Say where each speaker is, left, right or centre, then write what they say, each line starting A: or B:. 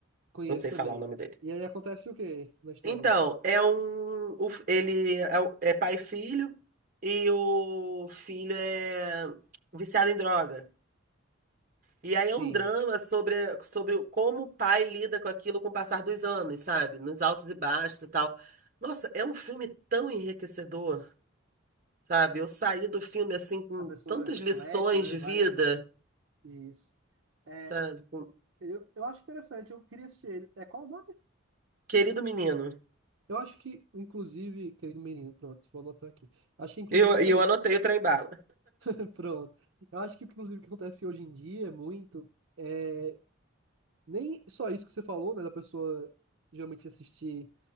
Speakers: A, on the right (about 65°); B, on the right (about 40°).
A: Conheço
B: não sei
A: também.
B: falar o nome dele.
A: E aí acontece o quê na história?
B: Então, é um. o f- ele é, o- é pai e filho, e o filho é viciado em droga. E aí
A: Sim.
B: é um drama sobre, sobre como o pai lida com aquilo com o passar dos anos, sabe? Nos altos e baixos e tal. Nossa, é um filme tão enriquecedor, sabe? Eu saí do filme assim com
A: A pessoa
B: tantas
A: reflete,
B: lições
A: né?
B: de
A: Vai.
B: vida,
A: Isso. É,
B: sabe? Com-
A: eu, eu acho interessante, eu queria assistir ele. É qual o nome?
B: Querido menino.
A: Eu acho que, inclusive, querido menino, pronto, vou anotar aqui. Acho que, inclusive,
B: Eu,
A: justamente,
B: e eu anotei o trem bala.
A: <laughs> pronto. Eu acho que, inclusive, o que acontece hoje em dia muito é nem só isso que você falou, né, da pessoa geralmente assistir,